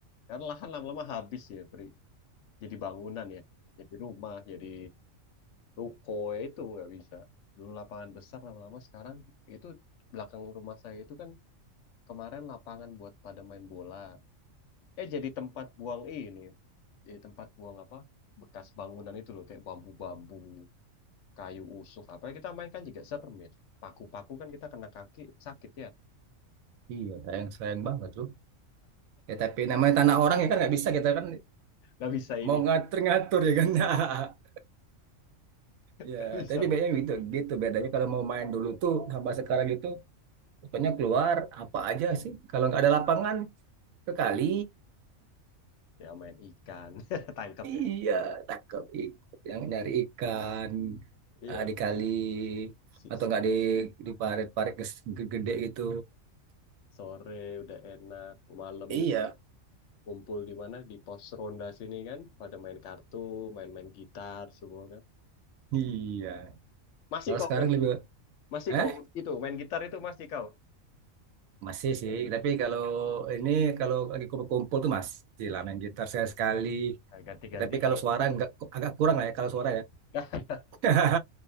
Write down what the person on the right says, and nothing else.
Iya, sayang sayang banget loh. Ya tapi namanya tanah orang ya kan nggak bisa kita kan
mau ngatur ngatur ya kan. <laughs>
Ya,
tapi
bedanya gitu, gitu bedanya kalau mau main dulu tuh sama sekarang gitu, pokoknya keluar apa aja sih. Kalau nggak ada lapangan ke kali,
iya
tangkap ikan, yang nyari ikan
eh, di kali
atau nggak di di parit-parit ges- gede gitu.
Iya,
iya.
Kalau
sekarang
lebih,
Hah?
Masih sih, tapi kalau ini kalau lagi kumpul-kumpul tuh masih lah main gitar saya sekali.
Tetapi kalau
suara nggak agak kurang lah ya kalau suara ya.
<laughs>